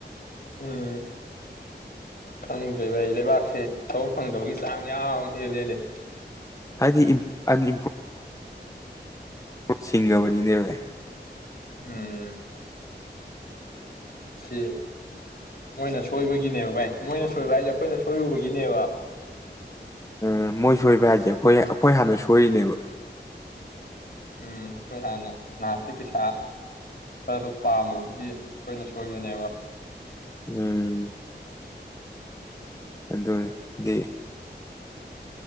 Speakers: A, on the left; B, on the left.
A: ꯎꯝ ꯈꯪꯗ꯭ꯔꯦ ꯚꯥꯏ ꯂꯩꯕꯥꯛꯁꯦ ꯊꯕꯛ ꯐꯪꯗꯕꯒꯤ ꯆꯥꯡ ꯌꯥꯝ ꯍꯦꯜꯂꯦꯜꯂꯤ
B: ꯍꯥꯏꯗꯤ ꯑꯏꯝꯄ ꯁꯤꯁꯤꯡꯒꯥꯕꯂꯤꯗ ꯔ
A: ꯎꯝ ꯁꯤ ꯃꯣꯏꯅ ꯁꯣꯏꯕꯒꯤꯅꯦꯕ ꯚꯥꯏ ꯃꯣꯏꯅ ꯁꯣꯏꯕ ꯍꯥꯏꯁꯦ ꯑꯩꯈꯣꯏꯅ ꯁꯣꯏꯔꯨꯕꯒꯤꯅꯦꯕ
B: ꯎꯝ ꯃꯣꯏ ꯁꯣꯏꯕ ꯍꯥꯏꯁꯦ ꯑꯩꯈꯣꯏ ꯑꯩꯈꯣꯏ ꯍꯥꯟꯅ ꯁꯣꯏꯔꯤꯅꯦꯕ
A: ꯎꯝ ꯑꯩꯈꯣꯏ ꯍꯥꯟꯅ ꯅꯍꯥꯛꯀꯤ ꯄꯩꯁꯥ ꯈꯔꯗꯣ ꯄꯥꯝꯃꯨꯕꯒꯤ ꯑꯩꯈꯣꯏꯅ ꯁꯣꯏꯕꯅꯦꯕ
B: ꯎꯝ ꯑꯗꯨ ꯍꯥꯏꯗꯤ